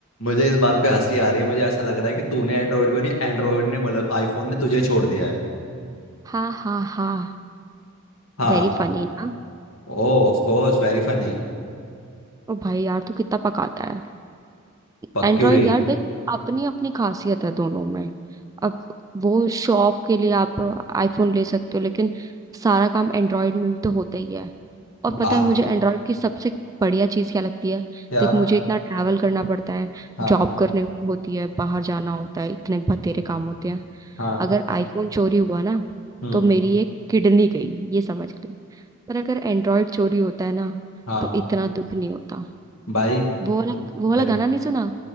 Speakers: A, on the left; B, on the right.
A: मुझे इस बात पे हंसी आ रही है मुझे ऐसा लग रहा है कि तूने एंड्रॉइड को नहीं एंड्रॉइड ने मतलब आईफोन ने तुझे छोड़ दिया है
B: हाँ हाँ हाँ
A: हाँ
B: वेरी फनी ना
A: Oh of course very funny
B: ओ भाई यार तू कितना पकाता है
A: पक्यूरी
B: एंड्रॉइड यार देख अपनी अपनी खासियत है दोनों में अब वो शो ऑफ के लिए आप आईफोन ले सकते हो लेकिन सारा काम एंड्रॉइड में भी तो होता ही है और पता
A: बा
B: है मुझे एंड्रॉयड की सबसे बढ़िया चीज़ क्या लगती है
A: क्या
B: देख मुझे इतना ट्रैवल करना पड़ता है
A: हाँ
B: जॉब करने की होती है बाहर जाना होता है इतने बतेरे काम होते हैं
A: हाँ
B: अगर आईफोन चोरी हुआ ना
A: हम्म
B: तो मेरी एक किडनी गई ये समझ ले पर अगर एंड्रॉयड चोरी होता है ना
A: हाँ
B: तो इतना दुख नहीं होता
A: भाई
B: वो वाला
A: म-
B: वो वाला
A: मेरे
B: गाना नहीं सुना